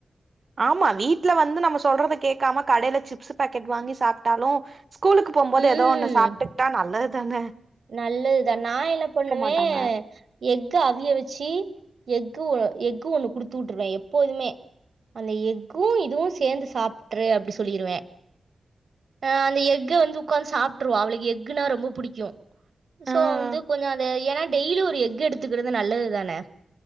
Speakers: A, on the right; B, on the right.
A: ஆமா வீட்ல வந்து நம்ம சொல்றத கேக்காம கடையில சிப்ஸு பாக்கெட் வாங்கி சாப்ட்டாலு ஸ்கூலுக்கு போம்போது
B: ம்
A: ஏதோ ஒண்ணு சாப்புட்டுக்ட்டா நல்லதுதான
B: நல்லதுதா நா என்ன பண்ணுவே
A: மாட்டாங்க
B: எஃகு அவிய வச்சு எக் கு ஓ எஃக் ஒண்ணு குடுத்து வுட்டுருவே எப்போதுமே அந்த எஃக்கு இதுவு சேந்து சாப்ட்ரு அப்டி சொல்லிருவே ஆ அந்த எஃகு வந்து உக்காந்து சாப்ட்ருவா அவளுக்கு எஃக்குனா ரொம்ப புடிக்கும் சோ
A: ஆ
B: வந்து கொஞ்ச அந்த ஏன்னா டெய்லியு ஒரு எஃகு எடுத்துக்குறது நல்லது தான